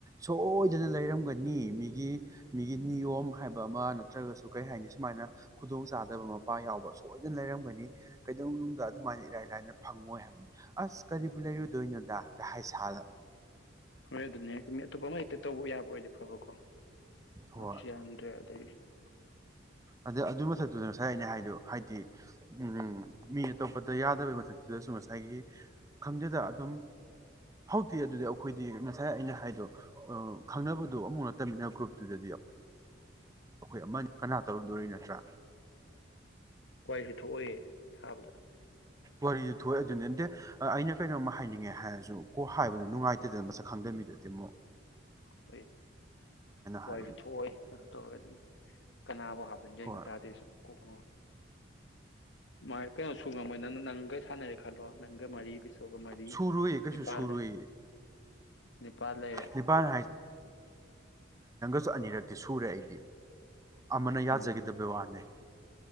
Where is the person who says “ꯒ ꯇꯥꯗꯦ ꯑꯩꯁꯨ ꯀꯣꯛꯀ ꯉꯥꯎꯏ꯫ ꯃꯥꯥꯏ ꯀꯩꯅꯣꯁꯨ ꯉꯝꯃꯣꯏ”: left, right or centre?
Left